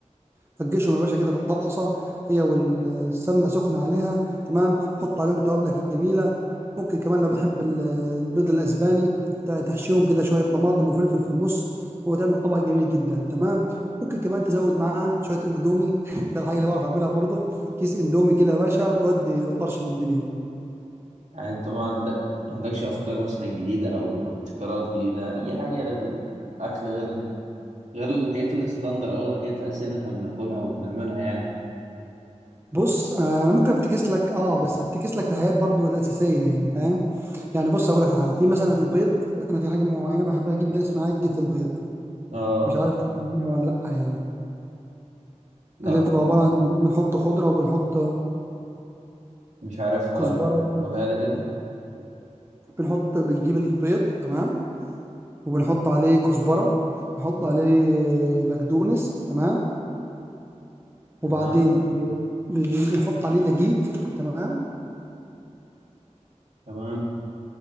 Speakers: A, on the right (about 20°); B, on the right (about 70°).
A: فركشهم يا باشا كده في الطاسه هي والسمنه سخنه عليها تمام حط عليهم توابلك الجميله ممكن كمان لو بتحب ال- البيض الاسباني ت- تحشيهم كده شويه طماطم وفلفل في النص وتعمل طبق جميل جدا تمام ممكن كمان تزود معاه شويه اندومي <laughs> ده الحاجه اللي بعرف اعملها برضه كيس اندومي كده يا باشا وتودي وطرش من الدنيا
B: يعني انت ما عندك ما عندكش افكار مثلا جديده او ابتكارات جديده اي حاجه للاكل غير غير الحاجات الستاندر او غير الحاجات الاساسيه اللي احنا بناكلها وبنعملها يعني
A: بص آه، انا ممكن افتكس لك اه بس افتكس لك في الحاجات برضو الاساسيه يعني فاهم يعني بص اقول لك على حاجه في مثلا البيض انا في حاجه معينه بحبها جدا اسمها عجه البيض
B: اه
A: مش عارف تاكل منها ولا لأ يعني
B: لا
A: اللي بتبقى عبارة عن بنحط خضرة وبنحط
B: مش عارفها
A: كزبرة
B: لا
A: وكده
B: قولها لي كده
A: بنحط بنجيب البيض تمام وبنحط عليه كزبرة نحط عليه بقدونس تمام
B: تمام
A: وبعدين ب- ب- بنحط عليه دقيق تمام
B: تمام